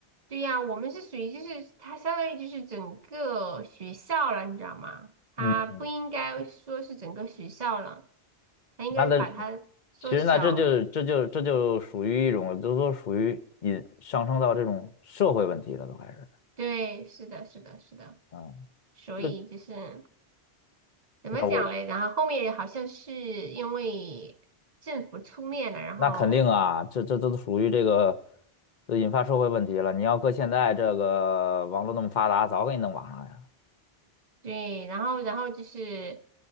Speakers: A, on the right (about 45°); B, on the left (about 50°).
A: 对呀，我们是属于就是它相当于就是整个学校了，你知道吗？它不应该说是整个学校了，
B: 嗯，
A: 它应该把它缩小。
B: 那的，其实那这就这就这就属于一种，这都属于引上升到这种社会问题了，都开始。
A: 对，是的，是的，是的。
B: 嗯，
A: 所以就是
B: 这
A: 怎么讲嘞？
B: 那我
A: 然后后面好像是因为政府出面了，然后
B: 那肯定啊，这这这都属于这个，这引发社会问题了。你要搁现在这个网络那么发达，早给你弄网上呀。
A: 对，然后然后就是